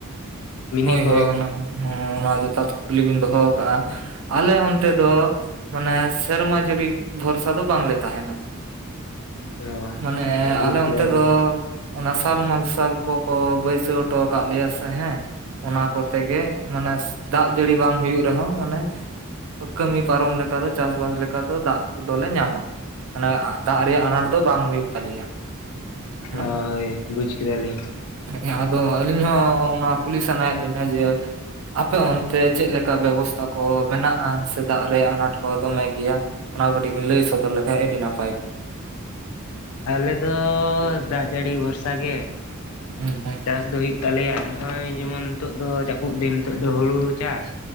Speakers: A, on the left; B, on the right.
A: ᱢᱤᱱᱤ
B: ᱦᱳᱭ
A: ᱠᱚ
B: ᱦᱳᱭ ᱚᱱᱟ ᱦᱚᱸ ᱚᱱᱟ ᱡᱚᱛᱷᱟᱛ ᱠᱩᱠᱞᱤ ᱵᱤᱱ ᱫᱚᱦᱚ ᱠᱟᱜᱼᱟ᱾ ᱟᱞᱮ ᱚᱱᱛᱮ ᱫᱚ ᱢᱟᱱᱮ ᱥᱮᱨᱢᱟ ᱡᱟᱹᱲᱤ ᱵᱷᱚᱨᱥᱟ ᱫᱚ ᱵᱟᱝ ᱞᱮ ᱛᱟᱦᱮᱱᱟ᱾
A: ᱚ
B: ᱢᱟᱱᱮ
A: ᱦᱳᱭ ᱵᱩᱡᱽ
B: ᱟᱞᱮ
A: ᱠᱮᱫᱟᱞᱤᱧ
B: ᱚᱱᱛᱮ ᱫᱚ ᱚᱱᱟ ᱥᱟᱞ ᱢᱟᱨᱥᱟᱞ ᱠᱚᱠᱚ ᱵᱟᱹᱭᱥᱟᱹᱣ ᱦᱚᱴᱚ ᱠᱟᱜ ᱞᱮᱭᱟ ᱥᱮ ᱦᱮᱸ ᱚᱱᱟ ᱠᱚᱛᱮ ᱜᱮ ᱢᱟᱱᱮ ᱫᱟᱜ ᱡᱟᱹᱲᱤ ᱵᱟᱝ ᱦᱩᱭᱩᱜ ᱨᱮ ᱦᱚᱸ ᱢᱟᱱᱮ ᱠᱟᱹᱢᱤ ᱯᱟᱨᱚᱢ ᱞᱮᱠᱟ ᱫᱚ ᱪᱟᱥᱵᱟᱥ ᱞᱮᱠᱟ ᱫᱚ ᱫᱟᱜ ᱫᱚᱞᱮ ᱧᱟᱢᱟ᱾ ᱢᱟᱱᱮ ᱫᱟᱜ ᱨᱮᱭᱟᱜ ᱟᱱᱟᱴ ᱫᱚ ᱵᱟᱝ ᱦᱩᱭᱩᱜ ᱛᱟᱞᱮᱭᱟ ᱦᱮᱸ
A: ᱦᱳᱭ ᱵᱩᱡᱽ ᱠᱮᱫᱟ ᱞᱤᱧ
B: ᱦᱮ ᱟᱫᱚ ᱟᱹᱞᱤᱧ ᱦᱚᱸ ᱚᱱᱟ ᱠᱩᱞᱤ ᱥᱟᱱᱟ ᱭᱮᱜ ᱞᱤᱧᱟ ᱡᱮ ᱟᱯᱮ ᱚᱱ ᱛᱮ ᱪᱮᱫ ᱞᱮᱠᱟ ᱵᱮᱵᱚᱥᱛᱟ ᱠᱚ ᱢᱮᱱᱟᱜ-ᱟ᱾ ᱥᱮ ᱫᱟᱜ ᱨᱮᱭᱟᱜ ᱟᱱᱟᱴ ᱠᱚ ᱫᱚᱢᱮ ᱜᱮᱭᱟ᱾ ᱚᱱᱟ ᱠᱚ ᱠᱟᱹᱴᱤᱡ ᱵᱤᱱ ᱞᱟᱹᱭ ᱥᱚᱫᱚᱨ ᱞᱮ ᱠᱷᱟᱱ ᱟᱵᱤᱱ ᱱᱟᱯ
A: ᱟᱞᱮ ᱫᱚ ᱫᱟᱜ ᱡᱟᱹᱲᱤ ᱵᱷᱚᱨᱥᱟ ᱜᱮ᱾
B: ᱦᱩᱸ ᱦᱩᱸ
A: ᱪᱟᱥ ᱫᱚ ᱦᱩᱭᱩᱜ ᱛᱟᱞᱮ ᱭᱟ ᱱᱚᱜᱼᱚᱭ ᱡᱮ ᱢᱚᱱ ᱱᱤᱛᱚᱜ ᱫᱚ ᱡᱟᱹᱯᱩᱫ ᱫᱤᱱ ᱱᱤᱛᱚᱜ ᱫᱚ ᱦᱩᱲᱩ ᱪᱟᱥ